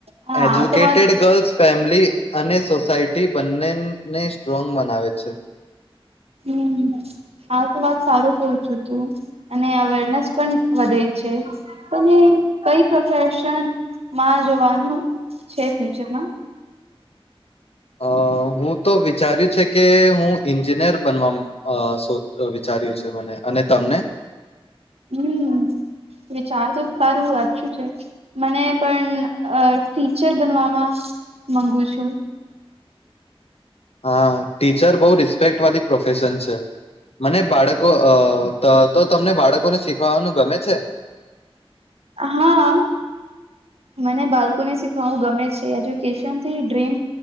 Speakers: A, on the right; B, on the left.
A: હા
B: એજ્યુકેટેડ
A: આ તો વાત
B: ગર્લ્સ ફેમિલી અને સોસાઈ બંને ને સ્ટ્રોંગ મા ભાવે છે.
A: હમ હા, તો વાત સારું કઉ છું તું અને અવેરનેસ પણ વધે છે. તમે કઈ પ્રોફેશનમાં જવાનું છે ફ્યુચરમાં?
B: અહ હું તો વિચારી છે કે હું એન્જિનિયર બનવા અહ સો વિચાર્યું છે મને અને તમને?
A: હમ વિચાર તો સારું અચ્છું છે. મને પણ અહ ટીચર બનવાવામાં મંગુ છું.
B: હા, ટીચર બહુ રિસ્પેક્ટ વાળી પ્રોફેશન છે. મને બાળકો અહ ત-તો તમને બાળકોને શીખવાનું ગમે છે?
A: હા. મને બાળલોને શીખાવુ ગમે છે, એજ્યુકેશન થી ડ્રીમ